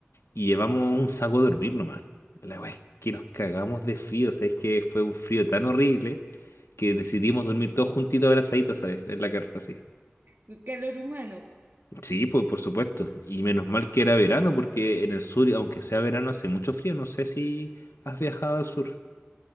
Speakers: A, on the left; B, on the right.
A: y llevamos un saco de dormir nomás. La weá es que nos cagamos de frío, ¿sabes? Que fue un frío tan horrible que decidimos dormir todos juntitos abrazaditos, ¿sabes? En la carpa, así.
B: El calor humano.
A: Sí, pues por supuesto. Y menos mal que era verano, porque en el sur, aunque sea verano, hace mucho frío. No sé si has viajado al sur.